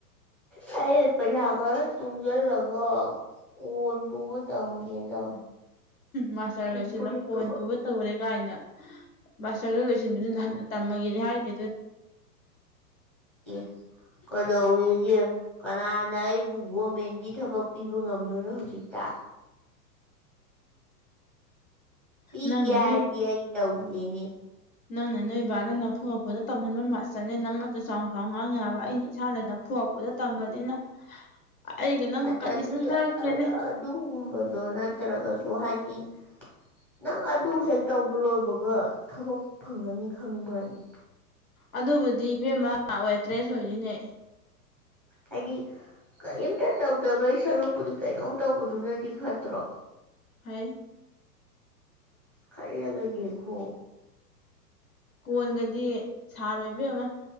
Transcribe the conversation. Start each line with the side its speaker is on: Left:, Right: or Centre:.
Centre: ꯍ ꯑꯩ ꯄꯩꯁꯥ ꯈꯔ ꯇꯨꯡꯁꯤꯜꯂꯒ ꯀꯣꯟ ꯇꯨꯕ ꯇꯝꯒꯦꯅ
Left: ꯃꯁꯥ
Centre: ꯐꯤ
Left: ꯂꯣꯏꯁꯤꯂ
Centre: ꯐꯨꯔꯤꯠ
Left: ꯀꯣꯏꯣꯟ
Centre: ꯇꯨꯕ
Left: ꯇ ꯇꯧꯔꯦ ꯀꯥꯏꯅ ꯃꯥꯁꯇꯔꯗ ꯂꯣꯏꯁꯤꯟꯕꯗꯨ ꯅꯍꯥꯟ ꯇꯝꯃꯒꯗꯤ ꯍꯥꯏꯗꯤ ꯑꯗꯨ
Centre: ꯌꯦ ꯀꯗꯧꯒꯤ ꯀꯅꯥꯅ ꯑꯩꯕꯨ ꯒꯣꯔꯃꯦꯟꯒꯤ ꯊꯕꯛ ꯄꯤꯕ ꯉꯝꯗꯣꯏꯅꯣ ꯍꯧꯖꯤꯛꯇ ꯄꯤꯒꯦ
Left: ꯅꯪꯅ
Centre: ꯍꯥꯏꯔꯗꯤ
Left: ꯅꯣꯏ
Centre: ꯑꯩ ꯇꯧꯔꯤꯅꯦ
Left: ꯅꯪꯅ ꯅꯣꯏ ꯏꯕꯥꯅ ꯅꯐꯨꯉꯛꯐꯨꯗ ꯇꯝꯍꯟꯕ ꯃꯥꯁꯇꯔꯅꯦ ꯅꯪꯒꯁꯨ ꯆꯥꯎ ꯆꯥꯎ ꯉꯥꯡꯉꯕ ꯑꯩꯅ ꯏꯁꯥꯗꯅ ꯊꯣꯛꯄꯗ ꯇꯝꯕꯅꯤꯅ
Centre: <inaudible>
Left: ꯑꯩꯒ ꯅꯪ ꯀꯟꯗꯤꯁꯟ
Centre: ꯑꯗꯨ
Left: ꯈꯔ ꯈꯦꯠꯅꯩ
Centre: ꯑꯗꯨꯒꯨꯝꯕꯗꯣ ꯅꯠꯇ꯭ꯔꯒꯁꯨ ꯍꯥꯏꯗꯤ ꯅꯪ ꯑꯗꯨ ꯍꯦꯛ ꯇꯧꯕ ꯂꯣꯏꯕꯒ ꯊꯕꯛ ꯐꯪꯒꯅꯤ ꯈꯪꯕ꯭ꯔꯅꯤ
Left: ꯑꯗꯨꯕꯨꯗꯤ ꯏꯕꯦꯝꯃ ꯑꯦꯇ꯭ꯔꯦꯁ ꯑꯣꯏꯗꯣꯏꯅꯦ
Centre: ꯍꯥꯏꯗꯤ ꯀꯔꯤꯝꯇ ꯇꯧꯗꯕꯒꯤ ꯁꯔꯨꯛꯄꯨꯗꯤ ꯀꯩꯅꯣꯝ ꯇꯧꯕꯗꯨꯅꯗꯤ ꯐꯠꯇ꯭ꯔꯣ
Left: ꯍꯥꯏ
Centre: ꯈꯜꯂꯒ ꯗꯦꯈꯣ
Left: ꯀꯣꯟꯒꯗꯤ ꯁꯥꯔꯣꯏꯕ ꯑꯃ